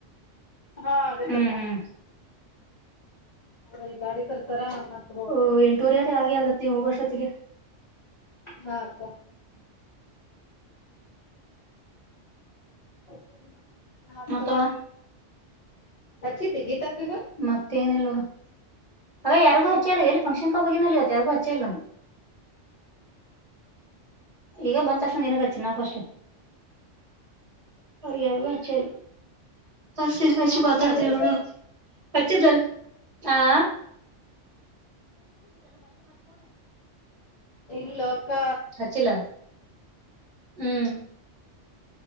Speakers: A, on the left; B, on the right.
A: ಹಾ ಆಗತ್ತಪ್ಪ
B: ಹ್ಮ್ ಹ್ಮ್
A: ಲ್ಲಿ ಗಾಡಿ ಕರ್ತಾರ ಮತ್ತೆ
B: ಓಹ್ ಎಂಟೂರರೆ ಹಾಗೆ ಆಗತ್ತ ನೀವು ಹ ವರ್ಷೊತ್ತಿಗೆ
A: ಹಕ ಗ ಮಾಡ ಮತ್ಸವ
B: ಮತ್ತವ
A: ಅಚ್ಚತಿ ಗೀತಾ ಪೀವ
B: ಮತ್ತೇಏನಿಲ್ಲ ನೋಡು ಹಾಗಗ ಯಾರಿಗು ಹಚ್ಚ ಅಲ್ಲ ಎಲ್ಲಿಫಕ್ಷನ್ಕ ಹೋಗಿನಿಲ್ಲ ಇವ ಯಾರಿಗುಚ್ಚೆಲ್ಲು ಈಗ ಬಂದ ತಕ್ಷಣ ನಿನ ಹಚ್ಚಿನ ನಾ ಫಸ್ಟ್ ಯಾರಿಗೂ ಹಚ್ಚಿಲ್ಲ ಹೆ ಅ
A: ತಗೊಂಡಕ್ಕ
B: ಪತಡ್ತಿರ
A: ಅಂತೀನಿ
B: ನಡ ಹಚ ಹಾ ಹಾ
A: ಇಲ್ಲಕ್ಕ
B: ಚಲ ಹ್ಮ್